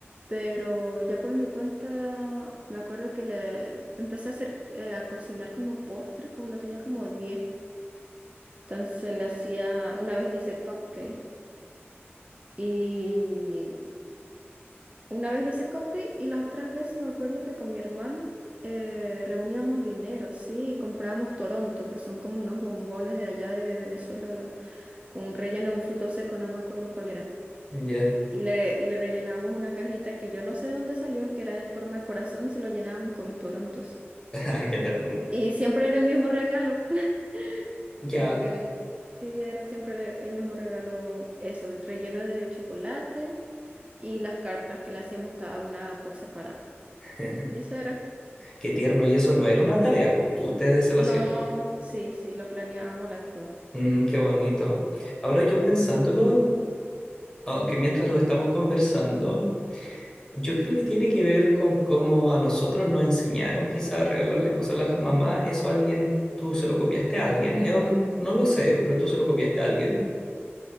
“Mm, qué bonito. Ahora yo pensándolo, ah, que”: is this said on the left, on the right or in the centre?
Left